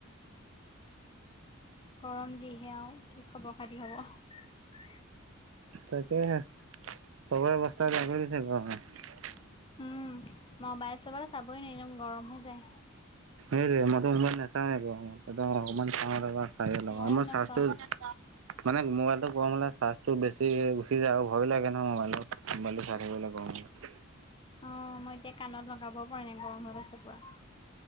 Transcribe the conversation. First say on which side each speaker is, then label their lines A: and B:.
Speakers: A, on the left (about 25°); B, on the right (about 70°).
A: গৰম যিহে আৰু কি খবৰ খাতি হ'ব।
B: তাকে চবৰে অবস্তা বেয়া কৰি দিছে গৰমত।
A: উম মবাইল চবাইল চাবই নোৱাৰি একদম গৰম হৈ যায়
B: এই যে মই। মই নাচাওঁ গৰমত একদম অকমান চাওঁ ৰবা চাইয়ে লগাওঁ
A: মইও
B: মই
A: নাচাও
B: চাৰ্চ। মানে মোবাইলটো গৰম হ'লে চাৰ্জটো বেছি ফুটি যায় আৰু ভয়ো লাগে নহয়, মোবাইলত মোবাইলো চাই থাকিব গৰম হ'লে।
A: অ মই এতিয়া কাণত লগাব পৰা নাই গৰম হৈ গৈছে পুৰা।